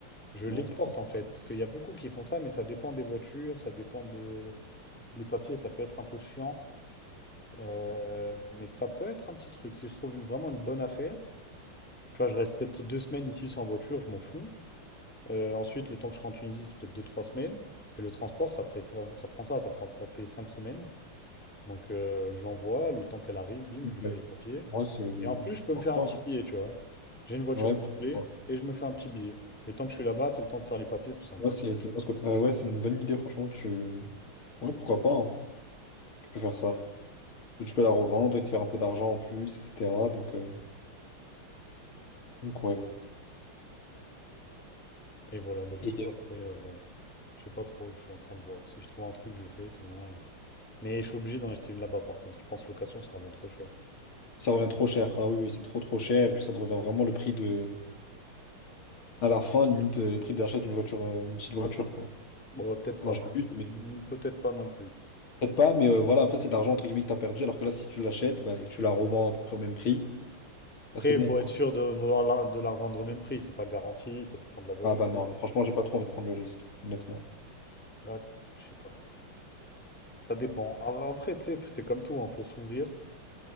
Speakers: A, in the centre; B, on the left.
A: Je
B: Bon,
A: l'exporte
B: pourquoi
A: en fait,
B: pas.
A: parce qu'il y a beaucoup qui font ça, mais ça dépend des voitures, ça dépend de... Les papiers, ça peut être un peu chiant, euh, mais ça peut être un petit truc. Si je trouve une, vraiment une bonne affaire, tu vois, je reste peut-être deux semaines ici sans voiture, je m'en fous. Euh, ensuite, le temps que je rentre en Tunisie, c'est peut-être deux, trois semaines. Et le transport, ça, prend ça, ça prend ça, ça prend à peu près cinq semaines. Donc euh, je l'envoie, le temps qu'elle arrive, bim, je lui
B: Ouais.
A: fais les papiers.
B: Ouais, c'est.
A: Et en plus, je peux
B: Pourquoi
A: me faire un petit
B: pas.
A: billet, tu vois. J'ai une voiture
B: hein. Ouais,
A: pour rouler
B: pourquoi pas.
A: et je me fais un petit billet. Le temps que je suis là-bas, c'est le temps de faire les papiers, parce que c'est un
B: Ouais,
A: tout
B: c'est
A: petit peu
B: c'est- parce que- t- euh, ouais, c'est une bonne idée, franchement. Tu... Ouais, pourquoi pas. hein. Tu peux faire ça. Tu peux la revendre et te faire un peu d'argent en plus, etc. Donc, euh, donc ouais.
A: Et voilà, bah, du
B: Et
A: coup, après, euh, ouais. Je sais pas trop, je suis en train de voir. Si je trouve un truc, je le fais, sinon. euh. Mais je suis obligé d'en acheter une là-bas, par contre. Je pense location, ça revient trop cher.
B: ça revient trop cher. Ah oui, oui, c'est trop trop cher. Et puis ça te revient vraiment le prix de. À la fin, limite, euh, le prix d'achat d'une voiture, euh, une petite voiture, quoi.
A: Bon, peut-être
B: Enfin,
A: pas.
B: non, j'abuse, mais.
A: Hmm, Peut-être pas non plus.
B: Peut-être pas, mais euh, voilà, après, c'est d'argent entre guillemets que t'as perdu. Alors que là, si tu l'achètes bah, et que tu la revends à peu près au même prix, bah,
A: Après,
B: c'est bon,
A: il faut
B: quoi.
A: être sûr de vouloir la, de la revendre au même prix. C'est pas garanti, ça dépend de la voiture.
B: Ah bah non, franchement, j'ai pas trop envie de prendre le risque, honnêtement.
A: Tu vois, je sais pas. Ça dépend. Av- Après, tu sais, c'est comme tout, hein, faut s'ouvrir.